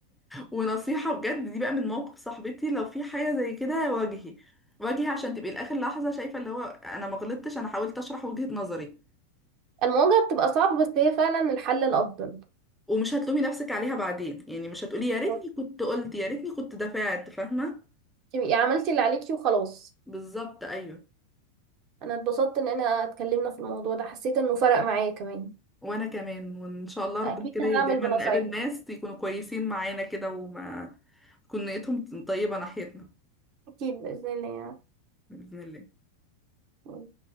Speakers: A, in the centre; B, on the right (about 40°).
A: ونصيحه بجد دي بقى من موقف صاحبتي لو في حاجه زي كده واجهي واجهي عشان تبقي لاخر لحظه شايفه اللي هو انا ما غلطتش انا حاولت اشرح وجهه نظري
B: المواجهة بتبقى صعبة بس هي فعلا الحل الافضل
A: ومش هتلومي نفسك عليها بعدين يعني مش هتقولي يا ريتني
B: طب
A: كنت قلت يا ريتني كنت دفعت فاهمه
B: تبقي عملتي اللي عليكي وخلاص
A: بالظبط ايوه
B: انا اتبسطت ان انا اتكلمنا في الموضوع ده حسيت انه فرق معايا كمان
A: وانا كمان وان شاء الله ربنا
B: اكيد
A: كده دايما
B: هعمل بنصايحك
A: نقابل ناس يكونوا كويسين معانا كده وما تكون نيتهم طيبه ناحيتنا
B: اكيد باذن الله
A: باذن الله
B: يعني.